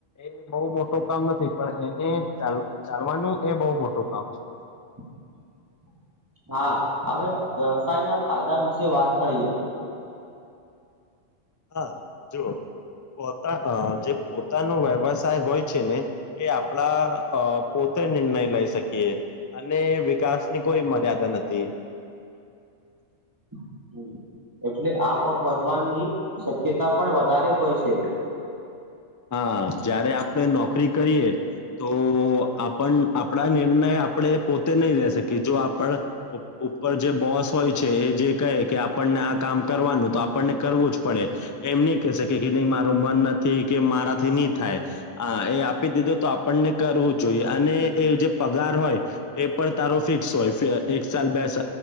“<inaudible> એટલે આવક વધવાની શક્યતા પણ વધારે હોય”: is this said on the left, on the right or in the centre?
Right